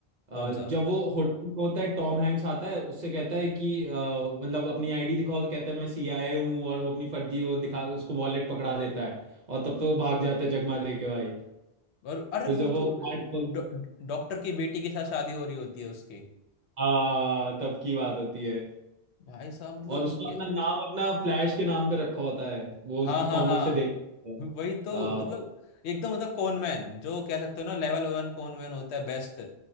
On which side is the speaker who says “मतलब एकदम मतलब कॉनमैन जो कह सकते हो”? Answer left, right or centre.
Left